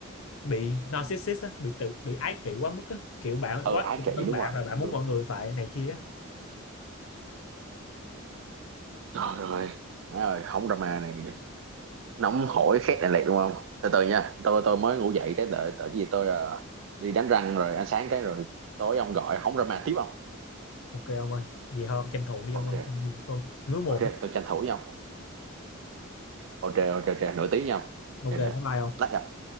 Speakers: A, on the left; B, on the right.
A: bị narcissist á, bị tự bị ái kỷ quá mức á kiểu bạn
B: ờ
A: quá
B: ai
A: yêu
B: chị
A: thân
B: đúng
A: bạn
B: rồi
A: và bạn
B: đúng
A: muốn
B: đúng
A: mọi người phải này kia á
B: trời ơi Má ơi không drama này nóng hổi khét này lẹt đúng không từ từ nha tôi tôi mới ngủ dậy cái đợi đợi cái gì tôi ờ, đi đánh răng rồi ăn sáng cái rồi tối ông gọi không drama tiếp không
A: ok ông ơi vậy thôi ông tranh thủ đi
B: ok
A: ông ơi
B: ok,
A: tôi ngứa mồm
B: ok tôi tranh thủ nhau ok ok ok nửa tiếng nhau
A: ok
B: ok
A: bye
B: nè
A: bye ông
B: lát gặp